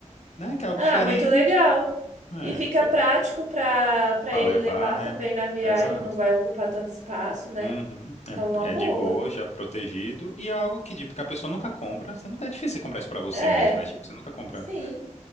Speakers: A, on the left; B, on the right.
A: né, que é algo
B: Ah,
A: diferente,
B: muito legal.
A: né,
B: E fica prático para para
A: pra
B: ele
A: levar,
B: levar
A: né?
B: também na viagem,
A: Exato.
B: não vai ocupar tanto espaço, né?
A: Uhum.
B: Então, uma
A: É,
B: boa.
A: é de boa, já protegido. E é algo que, tipo, que a pessoa nunca compra. Você nunca é difícil você comprar isso pra você
B: É,
A: mesmo, né? Tipo, você nunca compra.
B: sim.